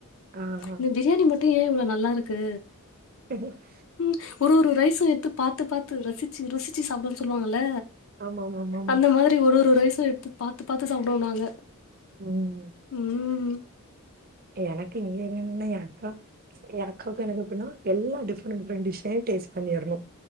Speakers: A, on the right; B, on the left.
A: ஆ, ஆ.
B: இந்த பிரியாணி மட்டு ஏன் இவ்ளோ நல்லாருக்கு
A: <unintelligible>
B: ம் ஒரு ஒரு ரைஸு எட்த்து பாத்து பாத்து ரசிச்சு ருசிச்சு சாப்டனு சொல்வாங்கல்ல
A: ஆமாமாமாமா.
B: அந்த மாதிரி ஒரு ஒரு ரைசு எட்த்து பா த்து பாத்து சாப்டுவோ நாங்க
A: ம்.
B: ம்
A: எனக்கு இங்க இன்னு எ அக்கா எ அக்காவுக்கு எனக்கு எப்ன்னா எல்லா டிஃப்ரெண்ட் டிஃரெண்ட் டிஷ்ஷையு டேஸ்ட் பண்ணிறணு